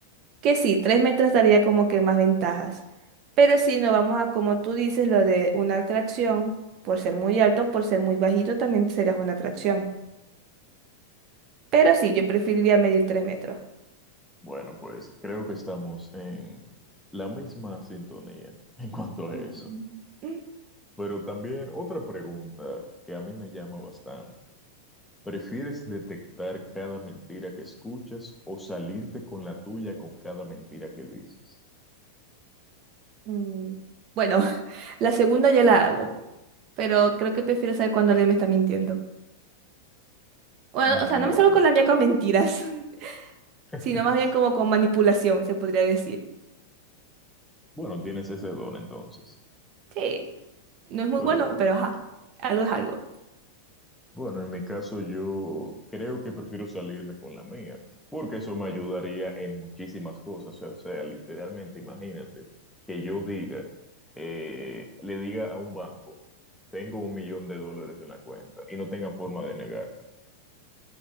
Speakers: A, on the right; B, in the centre.
A: que sí, tres metros daría como que más ventajas. Pero si no vamos a, como tú dices, lo de una atracción, por ser muy alto, por ser muy bajito, también serías una atracción. Pero sí, yo preferiría medir tres metros.
B: Bueno, pues creo que estamos en la misma sintonía en cuanto a
A: Ujú.
B: eso. Pero también otra pregunta que a mí me llama bastante ¿Prefieres detectar cada mentira que escuchas o salirte con la tuya con cada mentira que dices?
A: Mm, Bueno, <laughs> la segunda ya la hago, pero creo que prefiero saber cuando alguien me está mintiendo. Bueno,
B: Bueno,
A: o sea, no me salgo con la mía con mentiras, <laughs>
B: <laughs>
A: sino más bien como con manipulación, se podría decir.
B: bueno, tienes ese don entonces.
A: Sí, no es muy
B: Pero
A: bueno, pero ajá, algo es algo.
B: bueno, en mi caso yo creo que prefiero salirme con la mía, porque eso me ayudaría en muchísimas cosas. O sea, literalmente imagínate que yo diga, eh, le diga a un banco, tengo un millón de dólares en la cuenta y no tenga forma de negarme.